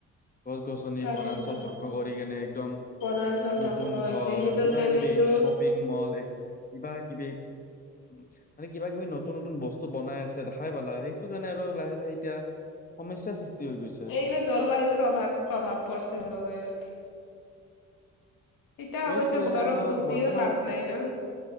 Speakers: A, on the left; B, on the left.
A: গছ গছনি
B: তাকেইতো
A: বনাঞ্চল ধ্বংস কৰি কেনে একদম
B: বনাঞ্চল
A: নতুন
B: ধ্বংস হৈছে
A: ঘৰ
B: সেইটোৰ
A: কিবা
B: কাৰণেতো
A: ক ব শ্বপিং মল এক কিবা কিবি উ মানে কিবা কিবি নতুন নতুন বস্তু বনাই আছে দেখাই পালা সেইটো কাৰণে আৰু লাহে লাহে এতিয়া সমস্যা সৃষ্টি হৈ গৈছে।
B: এইগিলে জলবায়ুত প্ৰভাৱ প্ৰভাৱ পৰিছে জলবায়ুত এতিয়া
A: সেইটোয়ে
B: অৱশ্যে বতৰক
A: আৰু
B: দুখ
A: বৰ্তমান
B: দিও লাভ নাই ন